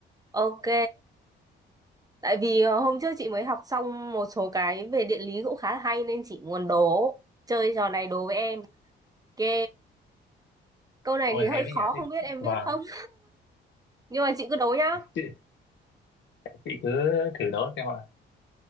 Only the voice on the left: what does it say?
Ôi
hay
đấy
nhỉ, thích.
Vâng,
chị, chị cứ thử đó xem ạ.